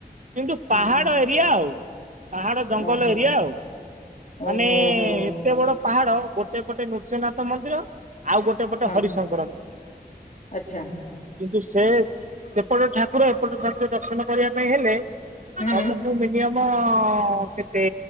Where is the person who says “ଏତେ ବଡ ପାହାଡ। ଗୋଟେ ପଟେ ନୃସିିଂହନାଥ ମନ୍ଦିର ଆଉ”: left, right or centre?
Right